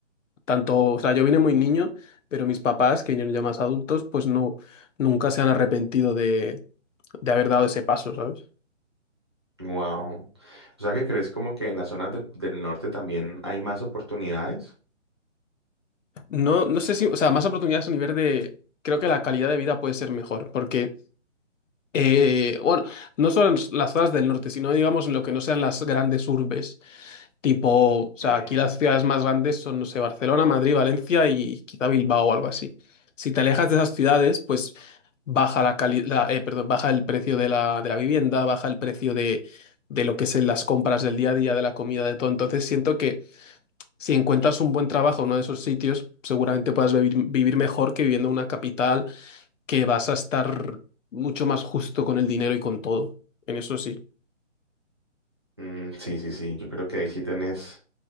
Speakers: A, on the left; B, on the right.
A: tanto, o sea, yo vine muy niño, pero mis papás, que vinieron ya más adultos, pues no, nunca se han arrepentido de, de haber dado ese paso, ¿sabes?
B: wow. O sea, que crees como que en las zonas de- del norte también hay más oportunidades?
A: No, no sé si, o sea, más oportunidades a nivel de, creo que la calidad de vida puede ser mejor, porque Eh, bueno, no solo en las zonas del norte, sino digamos en lo que no sean las grandes urbes, tipo, o sea,
B: Mm,
A: aquí las ciudades más grandes son, no sé, Barcelona, Madrid, Valencia y quizá Bilbao o algo así. Si te alejas de esas ciudades, pues baja la cali- la, eh, perdón, baja el precio de la, de la vivienda, baja el precio de, de lo que es en las compras del día a día, de la comida, de todo. Entonces siento que si encuentras un buen trabajo en uno de esos sitios, seguramente puedas vivir, vivir mejor que viviendo en una capital que vas a estar mucho más justo con el dinero y con todo. En eso sí.
B: mm, sí, sí, sí, yo creo que ahí sí tenés,